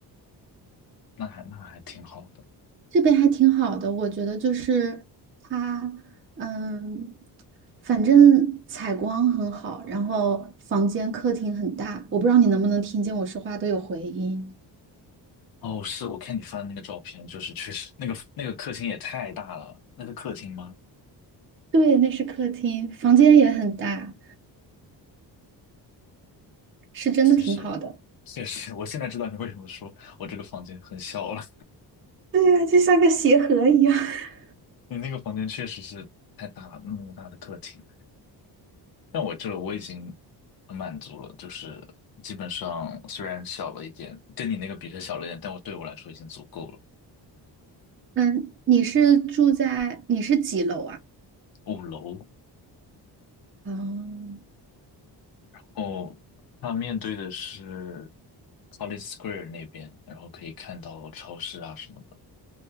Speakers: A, on the left (about 60°); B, on the right (about 30°).
A: 那还那还挺好的。
B: 这边还挺好的，我觉得就是它，嗯，反正采光很好，然后房间客厅很大，我不知道你能不能听见我说话都有回音。
A: 哦，是我看你发的那个照片，就是确实那个那个客厅也太大了，那是客厅吗？
B: 对，那是客厅，房间也很大，是真的挺好的。
A: 确实确实，我现在知道你为什么说我这个房间很小了。
B: 对呀，就像个鞋盒一样。<laughs>
A: <laughs> 你那个房间确实是太大了，那么大的客厅。但我这我已经很满足了，就是基本上虽然小了一点，跟你那个比是小了一点，但我对我来说已经足够了。
B: 嗯，你是住在，你是几楼啊？
A: 五楼，
B: 哦，
A: 哦，它面对的是 College Square 那边，然后可以看到超市啊什么的，